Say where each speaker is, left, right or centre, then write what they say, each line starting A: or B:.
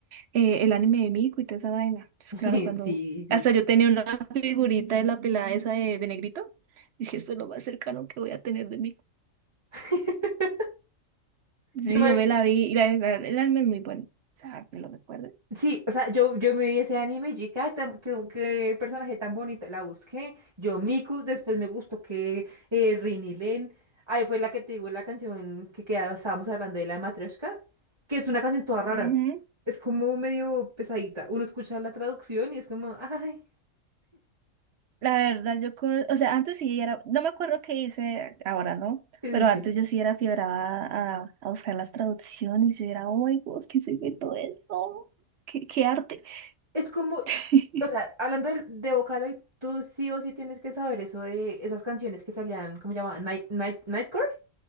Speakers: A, on the right; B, on the right.
A: eh, el anime de Miku y toda esa vaina. Pues
B: <laughs>
A: claro,
B: Sí,
A: cuando
B: sí.
A: hasta yo tenía una figurita de la pelada esa de, de negrito, dije, esto es lo más cercano que voy a tener de Miku.
B: <laughs>
A: Sí,
B: Yo me,
A: yo me la vi y la, la- el anime es muy bueno. O sea, me lo recuerdo.
B: Sí, o sea, yo, yo me vi ese anime y dije, ay, tan- qué, qué personaje tan bonito. La busqué, yo Miku, después me gustó que eh, Rini Len. Ahí fue la que te digo la canción que quedaba, estábamos hablando de la de Matryoshka, que es una canción toda rara.
A: Ujú.
B: Es como medio pesadita. Uno escucha la traducción y es como, ay,
A: La verdad, yo, co- o sea, antes sí era, no me acuerdo qué hice ahora, ¿no?
B: sí,
A: Pero
B: sí, sí.
A: antes yo sí era fiebrada a, a buscar las traducciones, yo era, oh my Dios, ¿qué se inventó eso? ¿Qué, qué arte?
B: Es como,
A: <laughs>
B: o sea, hablando de, de Vocaloid, tú sí o sí tienes que saber eso de esas canciones que salían, ¿cómo llamaban? Night, Night, Nightcore.